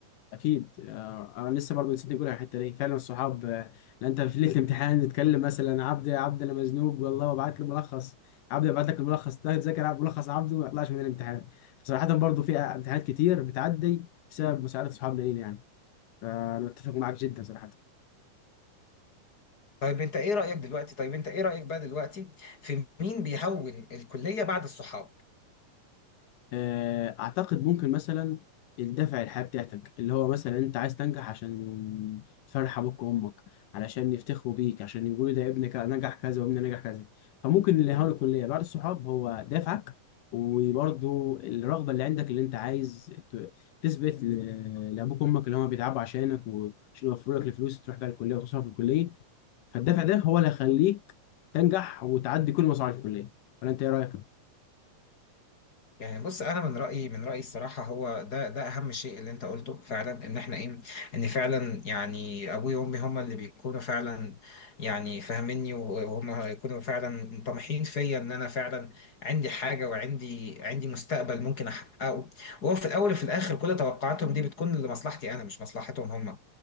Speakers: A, on the left; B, on the left.
A: اكيد آه، انا لسه برضه نسيت نقول على الحته دي فعلا الصحاب آه، لأن انت في ليله الامتحان نتكلم مثلا عبد عبد انا مزنوق والله وابعت له ملخص عبد ابعت لك الملخص ده تذاكر عبد- ملخص عبد وما يطلعش من الامتحان صراحه برضه في امتحانات كتير بتعدي بسبب مساعده صحابنا لينا يعني فانا متفق معاك جدا صراحه
B: طيب انت ايه رأيك دلوقتي طيب انت ايه رأيك بقى دلوقتي في مين بيهون الكلية بعد الصحاب
A: آه، اعتقد ممكن مثلا الدافع الحياة بتاعتك اللي هو مثلا انت عايز تنجح عشان تفرح ابوك وامك علشان يفتخروا بيك عشان يقولوا ده ابنك نجح كذا وابني نجح كذا فممكن اللي هو الكلية بعد الصحاب هو دافعك وبرضه الرغبة اللي عندك اللي انت عايز ت- تثبت ل- لابوك وامك اللي هم بيتعبوا عشانك وعشان يوفروا لك الفلوس تروح بقى الكلية وتصرف في الكلية فالدافع ده هو اللي هيخليك تنجح وتعدي كل مصاعب الكلية ولا انت ايه رأيك؟
B: يعني بص انا من رايي من رايي الصراحه هو ده ده اهم شيء اللي انت قلته فعلا ان احنا ايه ان فعلا يعني ابوي وامي هما اللي بيكونوا فعلا يعني فاهميني وهم يكونوا فعلا طامحين فيا ان انا فعلا عندي حاجه وعندي عندي مستقبل ممكن احققه وهو في الاول وفي الاخر كل توقعاتهم دي بتكون لمصلحتي انا مش مصلحتهم هما